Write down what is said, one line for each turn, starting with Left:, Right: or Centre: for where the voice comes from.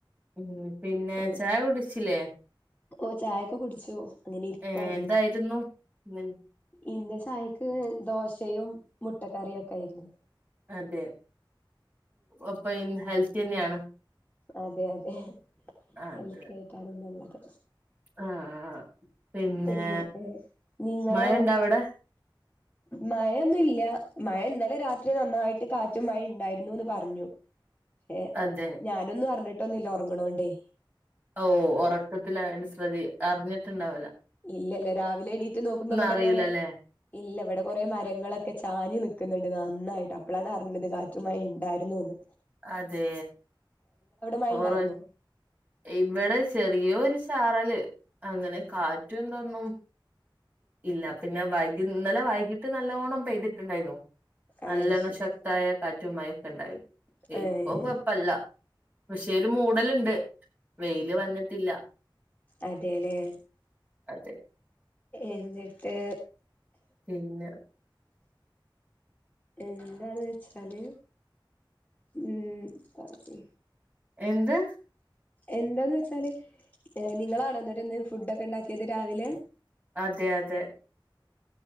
Right: ഉം പിന്നെ
Left: ആഹ്
Right: ചായ കുടിച്ചില്ലേ
Left: ഓ ചായെക്കെ കുടിച്ചു അങ്ങനിരിക്കുവായിരുന്നു
Right: ഏ എന്തായിരുന്നു ഇന്ന്
Left: ഇന്റെ ചായക്ക് ദോശയും മുട്ടക്കറിയും ഒക്കെ ആയിരുന്നു
Right: അതെ അപ്പൊ ഇൻ ഹെൽത്ത് തന്നെയാണ്
Left: അതെ അതെ
Right: അതെ
Left: ഹെൽത്തി ആയിട്ടാണ്ന്നുള്ളത്
Right: ആഹ് പിന്നെ
Left: എന്നിപ്പേ നിങ്ങളെ
Right: മഴ ഇണ്ട അവിടെ
Left: മഴേന്നുംല്ല മഴ ഇന്നലെ രാത്രി നന്നായിട്ട് കാ റ്റ മഴ ഉണ്ടായിരുന്നുന്ന് പറഞ്ഞു പക്ഷെ
Right: അതെ
Left: ഞാനൊന്നും അറിഞ്ഞിട്ടി ഇട്ടൊന്നില്ല ഉറങ്ങണോണ്ടേ
Right: ഓ ഒറക്കത്തിലായോണ്ട് ശ്രതി അറിഞ്ഞിട്ടുണ്ടാവ്ല
Left: ഇല്ല ഇല്ല രാവിലെ എണീറ്റ് നോക്കുമ്പോ ഇവിടെ
Right: അറിയില്ലല്ലേ
Left: കൊറെ ഇല്ല ഇവിടെ കൊറെ മരങ്ങളൊക്കെ ചാഞ്ഞ് നിക്കുന്നുണ്ട് നന്നായിട്ട് അപ്പോളാണ് അറിഞ്ഞത് കാറ്റുംമയേം ഉണ്ടായിരുന്നുന്ന്
Right: അതേ
Left: മഴ
Right: ഓറ
Left: ഇണ്ടായിരുന്നോ
Right: ഇവിടെ ചെറിയോരു ചാറല് അങ്ങനെ കാറ്റും എന്തൊന്നും ഇല്ല പിന്നെ വൈ ഇന്നലെ വൈകിട്ട് നല്ലോണ്ണം പെയ്തിട്ടുണ്ടായിരുന്നു നല്ലോണ്ണം
Left: ആഹ് ശരി
Right: ശക്തായ കാറ്റും മയേം ണ്ടായി
Left: ഏഹ്
Right: ഇപ്പൊ കൊഴപ്പല്ല പക്ഷേ ഒരു മൂടലുണ്ട് വെയില് വന്നിട്ടില്ല
Left: അതല
Right: അതെ
Left: എന്നിട്ട്
Right: പിന്നെ
Left: എന്താന്ന് വെച്ചാല് ഉം സച്ചെ
Right: എന്ത്
Left: എന്താന്ന് വെച്ചാല് നിങ്ങളാണ എന്നിട്ട് ഇന്ന് ഫുഡ് ഒക്കെ ഉണ്ടാക്കിയത് രാവിലെ
Right: അതെ അതെ